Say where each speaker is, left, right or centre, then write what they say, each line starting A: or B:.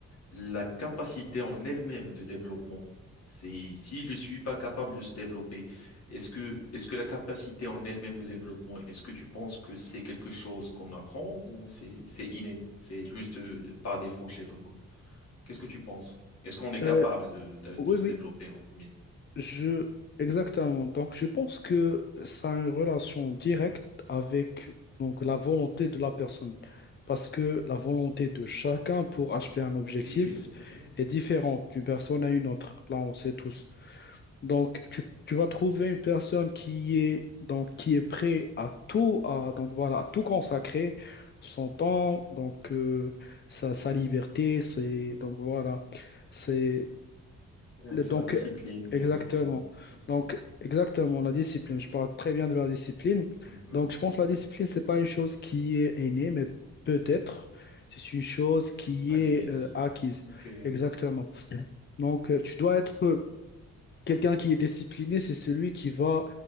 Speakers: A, on the left; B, on the left.
A: la capacité en elle-même de développement. C'est si je suis pas capable de se développer, est-ce que, est-ce que la capacité en elle-même de développement, est-ce que tu penses que c'est quelque chose qu'on apprend ou c'est c'est inné, c'est juste euh, par défaut chez tout le monde? Qu'est-ce que tu penses? Est-ce qu'on est capable
B: Euh,
A: de, de- de
B: oui,
A: se
B: oui,
A: développer en premier?
B: je... Exactement. Donc, je pense que ça a une relation directe avec donc, la volonté de la personne. Parce que la volonté de chacun pour achever un objectif
A: Oui, oui.
B: est différente d'une personne à une autre. Là, on sait tous. Donc, tu, tu vas trouver une personne qui est, donc, qui est prêt à tout, à, donc, voilà, à tout consacrer, son temps, donc, euh, sa, sa liberté, c'est, donc, voilà, c'est,
A: Euh,
B: le-
A: C'est
B: donc,
A: la discipline,
B: exactement.
A: exactement. Exactement.
B: Donc, exactement, la discipline, je parle très bien de la discipline.
A: Exactement.
B: Donc, je pense que la discipline, c'est pas une chose qui est innée, mais peut-être, c'est une chose qui
A: Acquise.
B: est euh, acquise.
A: Ok.
B: Exactement. Donc, euh, tu dois être Quelqu'un qui est discipliné, c'est celui qui va,